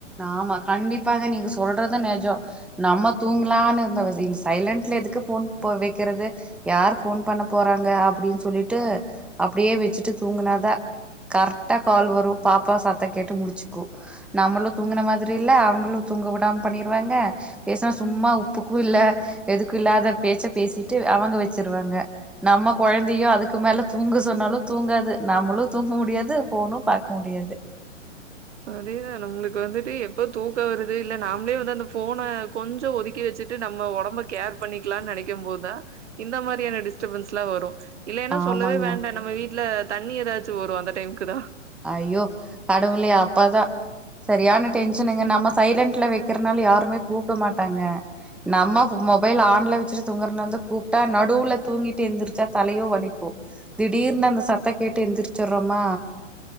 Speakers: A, in the centre; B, on the right.
A: ஆமா கண்டிப்பாங்க நீங்க சொல்றத நஜம் நம்ம தூங்கலான்னு இருந்த சைலன்ட்ல எதுக்கு போன் வைக்கிறது யார் போன் பண்ண போறாங்க அப்படின்னு சொல்லிட்டு அப்படியே வச்சுட்டு தூங்கினாதான் கரெக்டா கால் வரும் பாப்பா சத்த கேட்டு முடிச்சுக்கும் நம்மளும் தூங்கின மாதிரி இல்ல அவங்களும் தூங்க விடாம பண்ணிருவாங்க பேசனா சும்மா துப்புக்கும் இல்ல எதுக்கும் இல்லாத பேச்ச பேசிட்டு அவங்க வச்சிருவாங்க நம்ம குழந்தையோ அதுக்கு மேல தூங்கு சொன்னாலும் தூங்காது நம்மளும் தூங்க முடியாது போனும் பாக்க முடியாது
B: அதேதான் நம்மளுக்கு வந்துட்டு எப்ப தூக்கம் வருது இல்ல நாமளே வந்து அந்த போனை கொஞ்சம் ஒதுக்கி வச்சுட்டு நம்ம உடம்ப கேர் பண்ணிக்கலாம்னு நினைக்கும் போது தான் இந்த மாதிரியான டிஸ்டபன்ஸ் எல்லாம் வரும் இல்ல ஏன்னா
A: ஆமாங்க.
B: சொல்லவே வேண்டம் நம்ம வீட்டுல தண்ணி ஏதாச்சும் வரும் அந்த டைமுக்கு தான்
A: அஐயோ கடவு அப்பாதான் சரியான டென்ஷனுங்க நம்ம சைலன்ட்ல வைக்கறனாலும் யாருமே கூப்பிட மாட்டாங்க நம்ம மொபைல் ஆன்ல வச்சுட்டு தூங்குறனால தான் கூப்பிட்டா நடுவுல தூங்கிட்டு எந்திரிச்சா தலையோ வாலிக்கும் திடீர்னு அந்த சத்த கேட்டு எழுந்திரிச்சிடுறோமா